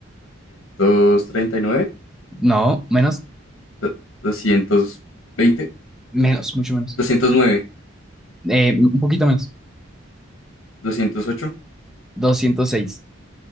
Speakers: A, on the left (about 80°); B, in the centre.
A: 239,
B: No, menos,
A: do- doscientos veinte,
B: menos, mucho menos.
A: doscientos nueve
B: Eh, un poquito menos,
A: doscientos ocho
B: 206.